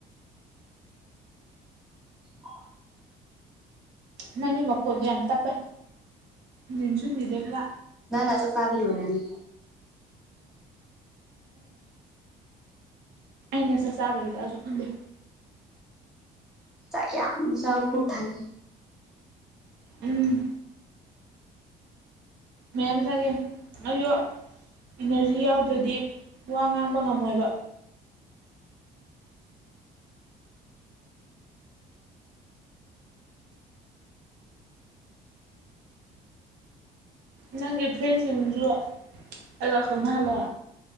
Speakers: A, in the centre; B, on the right.
A: ꯑ
B: ꯅꯪꯒꯤ ꯃꯈꯣꯟꯗꯣ ꯌꯥꯝ ꯇꯞꯄꯦ ꯅꯤꯟꯁꯨ ꯅꯤꯗꯦ ꯈꯔ
A: ꯅ ꯆ ꯆꯥꯕ ꯑꯣꯏꯔꯅꯤ
B: ꯑꯩꯅꯁ ꯆꯥꯕ ꯑꯁꯨ ꯈꯟꯗꯦ
A: ꯆ ꯌꯥꯝ ꯆ ꯈꯨ ꯊꯟ
B: ꯎꯝ ꯃꯌꯥꯝꯌꯥꯝꯖꯒꯦ ꯑꯌꯨ ꯏꯅꯔꯖꯤ ꯌꯥꯎꯗ꯭ꯔꯗꯤ ꯋꯥ ꯉꯥꯡꯕ ꯉꯝꯃꯣꯏꯕ ꯅꯪꯒꯤ ꯐ꯭ꯔꯦꯟꯁꯤꯡꯁꯨ ꯑꯩꯒ ꯈꯪꯅꯍꯜꯂꯣ